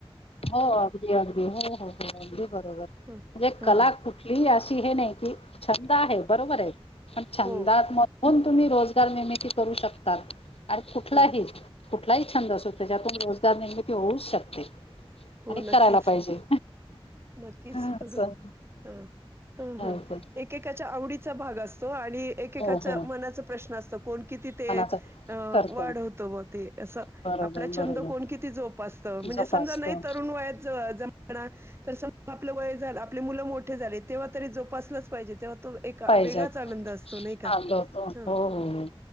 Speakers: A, on the left; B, on the right.
A: हो अगदी अगदी हो हो हो अगदी बरोबर म्हणजे
B: हां हां
A: कला कु ठली अशी हे नाही की छंद आहे बरोबर आहे पण छंदात
B: हो
A: म होऊन तुम्ही रोजगार निर्मिती करू शकता आणि कुठलाही
B: हो
A: कुठलाही छंद असो च्यातून रोजगार निर्मिती होऊच शकते.
B: हो
A: आणि
B: नक्कीच
A: करायला पाहिजे.
B: नक्कीच
A: असं.
B: हा हा
A: असं
B: हा एकेकाच्या आवडीचा भाग अस आणि एकेकाच्या
A: हो हो
B: मनाचा प्रश्न असतं कोण किती
A: मनाचा
B: ते ए
A: करतो
B: वाढवतो होत ब ते असं
A: बरोबर
B: आपला
A: बरोबर
B: छंद कोण किती जोप असतं म्हणजे
A: जोपासतो.
B: समजा नाही तरुण वयात ज जमणार तर समजलं आपलं वय झालं आपले मुलं मोठे झाले तेव्हा तरी जोप असलचं पाहिजे तेव्हा तो एक
A: पाहिज्यात
B: वेगळाच आनंद असतो नाही का?
A: हा ग
B: हं,
A: हो हो.